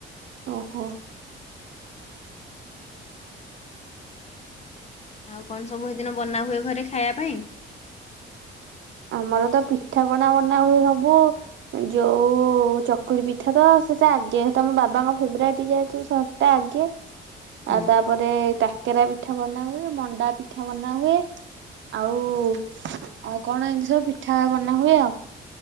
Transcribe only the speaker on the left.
ଆଉ କଣ ସବୁ ସେଦିନ ବନା ହୁଏ ଘରେ ଖାଇବା ପାଇଁ?
ହୁଁ